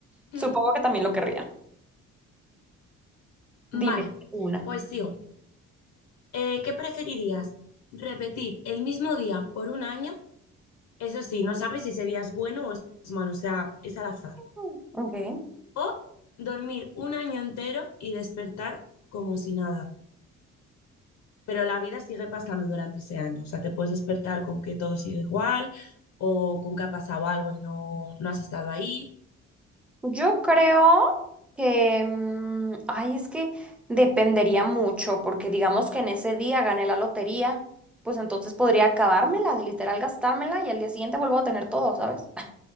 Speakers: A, on the left; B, in the centre.
A: Mm,
B: supongo que también lo querría. Dime
A: vale,
B: una.
A: pues sigo. Eh, ¿qué preferirías? ¿Repetir el mismo día por un año? Eso sí, no sabes si ese día es bueno o es malo, o sea, es al azar.
B: Mm, Ok.
A: O dormir un año entero y despertar como si nada. pero la vida sigue pasando durante ese año. O sea, te puedes despertar con que todo sigue igual o con que ha pasado algo y no, no has estado ahí.
B: Yo creo que, mm, ay, es que dependería mucho, porque digamos que en ese día gané la lotería, pues entonces podría acabármela, de literal gastármela y al día siguiente vuelvo a tener todo, ¿sabes?